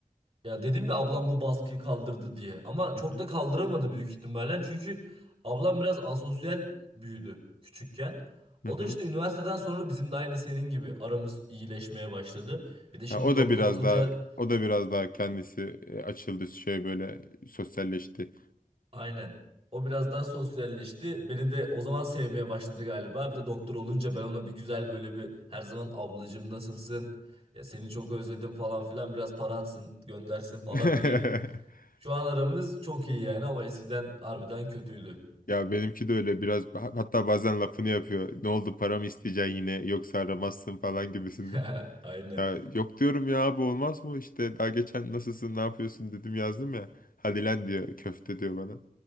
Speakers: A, on the right (about 40°); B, on the left (about 70°).
A: ya dedim ya ablam bu baskıyı kaldırdı diye. Ama çok
B: Hı hı.
A: da kaldıramadı büyük ihtimalle. Çünkü ablam biraz asosyal büyüdü küçükken.
B: Hı
A: O
B: hı.
A: da işte üniversiteden sonra bizim de aynı senin gibi aramız iyileşmeye başladı. Bir de şimdi
B: Ha, o
A: doktor
B: da biraz
A: olunca
B: daha o da biraz daha kendisi e, açıldı şey böyle sosyalleşti.
A: Aynen. O biraz daha sosyalleşti. Beni de o zaman sevmeye başladı galiba. Bir de doktor olunca ben ona bir güzel böyle bir her zaman ablacığım nasılsın? Ya seni çok özledim falan filan biraz para atsın göndersin falan
B: <laughs>
A: diye. Şu an aramız çok iyi yani ama eskiden harbiden kötüydü.
B: Ya benimki de öyle biraz ha- hatta bazen lafını yapıyor. Ne oldu para mı isteyeceksin yine yoksa aramazsın falan gibisinden.
A: <laughs> Aynen.
B: Ya yok diyorum ya abi olmaz mı işte daha geçen nasılsın ne yapıyorsun dedim yazdım ya. Hadi lan diyor köfte diyor bana.